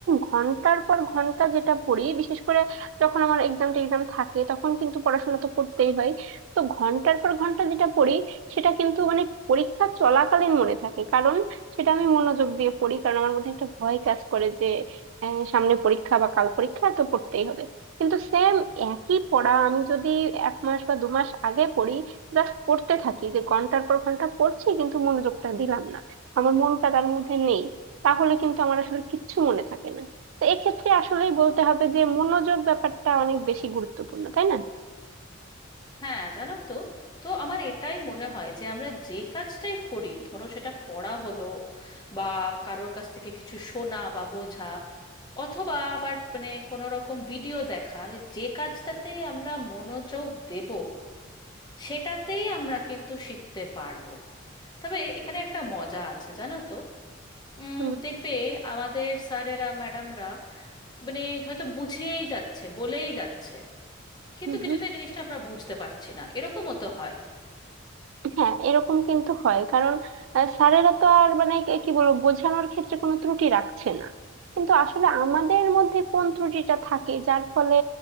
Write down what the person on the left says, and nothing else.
হ্যাঁ জানো তো তো আমার এটাই মনে হয় যে আমরা যে কাজটাই করি ধরো সেটা পড়া হলো বা কারোর কাছ থেকে কিছু শোনা বা বোঝা অথবা আবার মানে কোনো রকম ভিডিও দেখা যে কাজটাতেই আমরা মনোযোগ দেব সেটাতেই আমরা কিন্তু শিখতে পারবো তবে এখানে একটা মজা আছে জানো তো উম
দেখবে আমাদের স্যারেরা ম্যাডামরা মানে হয়তো বুঝিয়েই যাচ্ছে বলেই যাচ্ছে কিন্তু
কিছুতেই
জিনিসটা আমরা বুঝতে পারছি না এরকমও তো হয়